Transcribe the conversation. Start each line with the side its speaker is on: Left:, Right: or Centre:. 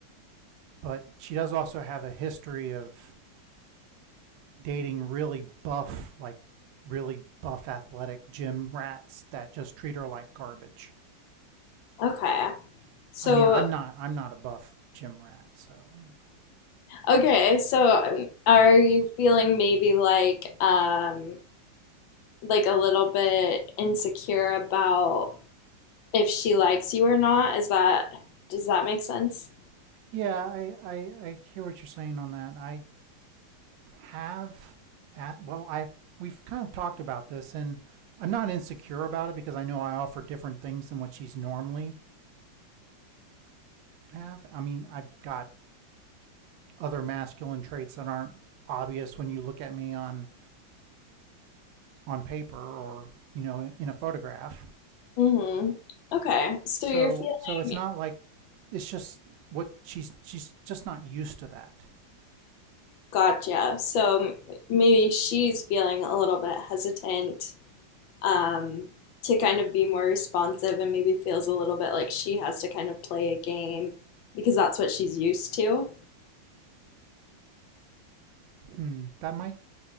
Right: But she does also have a history of dating really buff, like really buff athletic gym rats that just treat her like garbage.
Left: Okay. So,
Right: I mean, I'm not I'm not a buff gym rat, so you know.
Left: okay, so um, are you feeling maybe like um like a little bit insecure about if she likes you or not. Is that does that make sense?
Right: Yeah, I, I, I hear what you're saying on that. I have at well i we've kind of talked about this and i'm not insecure about it because i know i offer different things than what she's normally have i mean i've got other masculine traits that aren't obvious when you look at me on on paper or you know in a photograph
Left: Mm-hmm. Okay. So
Right: so
Left: you're feeling
Right: so it's not like it's just what she's she's just not used to that
Left: gotcha. So maybe she's feeling a little bit hesitant um to kind of be more responsive and maybe feels a little bit like she has to kind of play a game because that's what she's used to.
Right: hmm that might